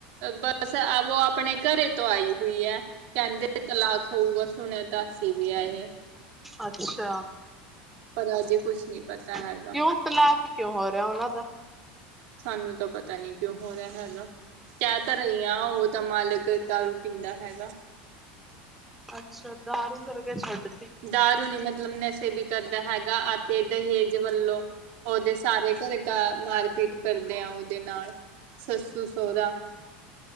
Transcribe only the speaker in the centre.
ਅੱਛਾ।
ਕਿਉਂ ਤਲਾਕ ਕਿਉਂ ਹੋ ਰਿਹਾ ਉਹਨਾਂ ਦਾ?
ਅੱਛਾ, ਦਾਰੂ ਕਰਕੇ ਛੱਡ